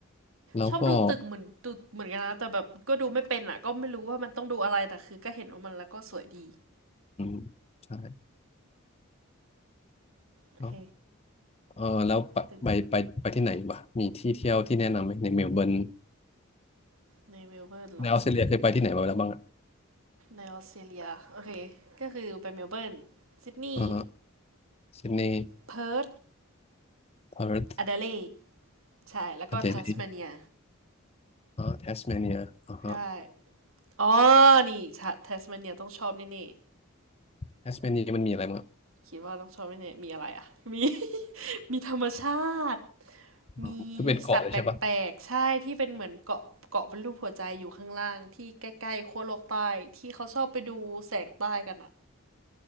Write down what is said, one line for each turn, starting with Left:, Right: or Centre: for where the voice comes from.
Left: แล้วก็
Right: ชอบดูตึกเหมือนดูเหมือนกันนะแต่แบบก็ดูไม่เป็นอ่ะก็ไม่รู้ว่ามันต้องดูอะไรแต่คือก็เห็นว่ามันแล้วก็สวยดี
Left: อืมใช่
Right: โอเค
Left: แล้วเออแล้วไปไปไปไปที่ไหนบ้างมีที่เที่ยวที่แนะนำไหมในเมลเบิร์น
Right: ตึกในเมลเบิร์นเนาะ
Left: ในออสเตรเลียเคยไปที่ไหนมาแล้วบ้างอ่ะ
Right: ในออสเตรเลียโอเคก็คือไปเมลเบิร์นซิดนีย์
Left: อ่าฮะซิดนีย์
Right: เพิร์ธ
Left: พาร์ธ
Right: แอดเลดใช่แล้วก็ทัสเมาเนีย
Left: อเดเลดอ่าแทสเมเนียอ่าฮะ
Right: ใช่อ๋อนี่ทัสเมาเนียต้องชอบแน่
Left: แทสเมเนียมันมีอะไรบ้าง
Right: ๆคิดว่าต้องชอบแน่ๆมีอะไรอ่ะมี <laughs> มีธรรมชาติ
Left: อ๋อก็เป็นเกาะเลยใช่ปะ
Right: มีสัตว์แปลกๆใช่ที่เป็นเหมือนเกาะเกาะเป็นรูปหัวใจอยู่ข้างล่างที่ใกล้ๆขั้วโลกใต้ที่เขาชอบไปดูแสงใต้กันอะ